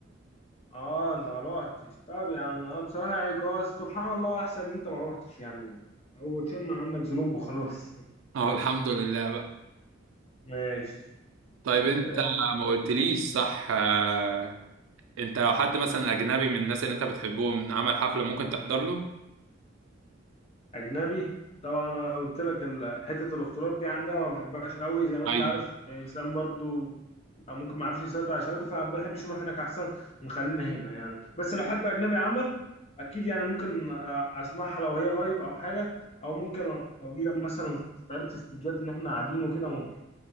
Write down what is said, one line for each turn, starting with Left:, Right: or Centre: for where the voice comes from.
Left: اه انت ما روحتش طب يا عم انا بصراحة يعني جواز سبحان الله احسن ان انت ما روحتش يعني او تشمع عنك ذنوب وخلاص
Right: اه الحمد لله بقى
Left: <laughs> ماشي
Right: طيب انت
Left: آه،
Right: ما قلتليش صح آه، انت لو حد مثلا اجنبي من الناس اللي انت بتحبهم عمل حفلة ممكن تحضر له
Left: اجنبي طبعا انا قلت لك ال- حته الاختلاط دي عندها ما بحبهاش قوي زي ما انت
Right: ايوه
Left: عارف انسان برضو ممكن ما يعرفش يسيطر على شهوته فما بحبش نروح هناك احسن نخلينا هنا يعني بس لو حد اجنبي عمل اكيد يعني ممكن آه، اسمعها لو هي لايف او حاجه او ممكن لو هي مثلا بتتعرض في استوديوهات ان احنا قاعدين وكده ممكن